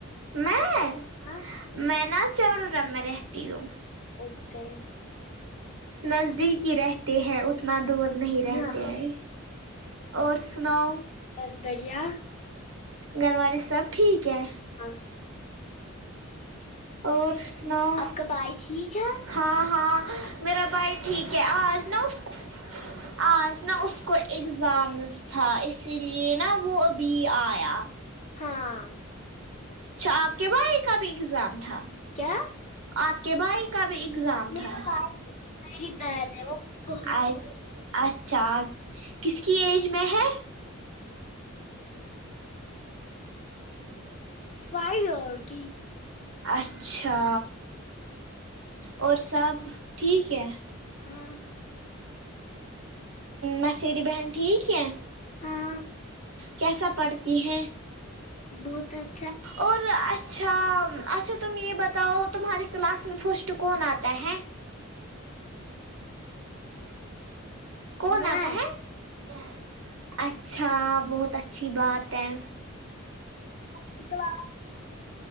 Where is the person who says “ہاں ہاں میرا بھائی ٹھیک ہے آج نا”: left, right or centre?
Right